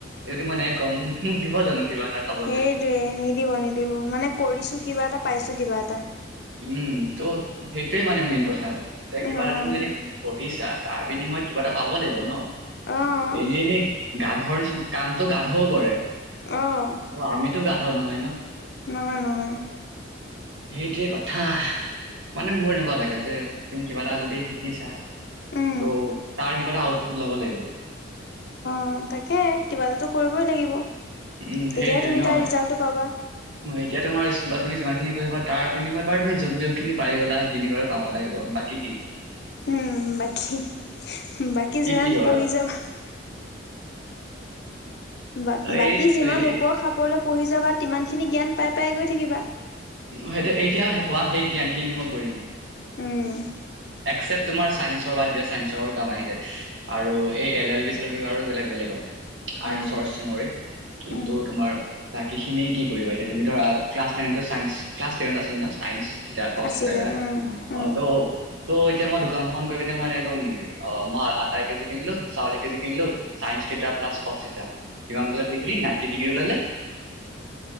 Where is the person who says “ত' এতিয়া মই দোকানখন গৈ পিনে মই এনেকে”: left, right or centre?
Right